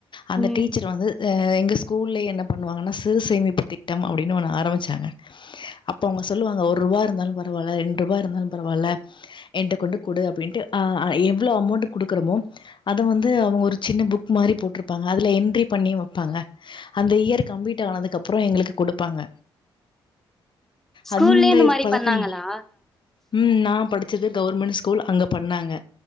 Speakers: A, on the left; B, in the centre.
A: அந்த டீச்சர்
B: ம்
A: வந்து அ எங்க ஸ்கூல்ல என்ன பண்ணுவாங்கன்னா சிறு சேமிப்பு திட்டம் அப்டினு ஒனனு ஆரம்பிச்சாங்க அப்ப அவுங்க சொல்லுவாங்க ஒர்ரூபா இருந்தாலு பரவால ரெண்ரூபா இருந்தாலு பரவால்ல என்ட்ட கொண்டு குடு அப்டின்ட்டு அ அ எவ்ளோ அமோண்ட்டு குடுக்குறோமோ அத வந்து அவுங்க ஒரு சின்ன புக் மாரி போட்ருப் ப்பாங்க அதுல என்ட்ரி பண்ணி வப்பாங்க அந்த இயர் கம்ப்ளீட்டு ஆனதுக்கு அப்றோ எங்களுக்கு குடுப்பாங்க
B: ஸ்கூல்லயே
A: அந்த
B: இந்த
A: இது
B: மாரி
A: பழக்கம்
B: பண்ணாங்களா
A: ம் நா படு ச்சது கவர்மெண்ட் ஸ்கூல் அங்க பண்ணாங்க